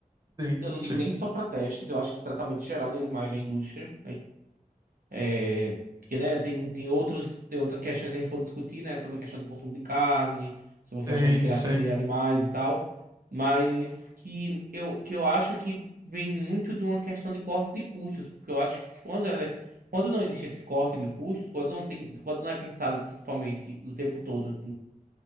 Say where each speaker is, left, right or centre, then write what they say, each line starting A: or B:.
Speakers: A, on the right (about 25°); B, on the right (about 85°).
A: Sim,
B: Eu não
A: sim,
B: digo nem só para testes, eu acho que tratamento geral de animais na indústria, É, porque, né, tem, tem outros, tem outras questões que a gente for discutir, né, sobre a questão do consumo de carne, sobre a
A: sim,
B: questão de criação
A: sim.
B: de animais e tal, mas que eu, que eu acho que vem muito de uma questão de corte de custos, porque eu acho que se quando, ela- quando não existe esse corte de custos, quando não tem, quando não é pensado principalmente o tempo todo